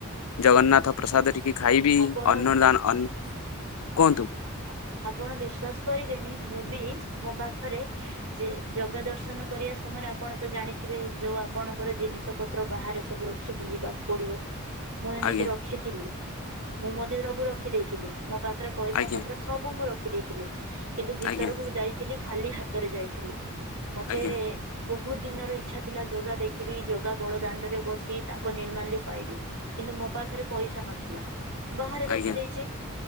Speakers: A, on the left; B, on the right.
A: ଜଗନ୍ନାଥ ପ୍ରସାଦ ଟିକେ ଖାଇବି
B: ଆପଣ
A: ଅର୍ଣ୍ଣଦାନ ଅ କୁହନ୍ତୁ?
B: ଆ ଆପଣ ବିଶ୍ଵାସ କରିବେନି ମୁଁ ବି ମୋ ପାଖରେ ଯେ ଜଗ ଦର୍ଶନ କରିବା ସମୟରେ ଆପଣ ତ ଜାଣିଥିବେ ଯୋଉ ଆପଣଙ୍କର ଜିନିଷ ପତ୍ର ବାହାରେ ସବୁ ରଖିକି ଯିବାକୁ ପଡିବ। ମୁଁ ଏମିତି
A: ଆଜ୍ଞା
B: ରଖିଥିଲି ମୁଁ ମଧ୍ୟ ସବୁ ରଖିଦେଇଥିଲି ମୋ ପାଖରେ ପଇସା
A: ଆଜ୍ଞା
B: ପ ମୁଁ ରଖି ଦେଇେଇଥିଲି କିନ୍ତୁ ଭିତରକୁ
A: ଆଜ୍ଞା ଆଜ୍ଞା
B: ଯାଇଥିଲି ଖାଲି ହାତରେ ଯାଇଥିଲି। ମତେ
A: ଆଜ୍ଞା।
B: ବୋ ହୁତ ଦିନର ଇଛା ଥିଲା ଜଗା ଦେଖିବି ଜୋଗା ବଡ ଦାଣ୍ଡରେ ବସି ତାଙ୍କ ନିର୍ମାଲ୍ୟ ପାଇବି କିନ୍ତୁ ମୋ ମୋ ପାଖରେ ପଇସା ନଥିଲା ବାହାରେ ରଖିଦେଇଚି
A: ଆଜ୍ଞା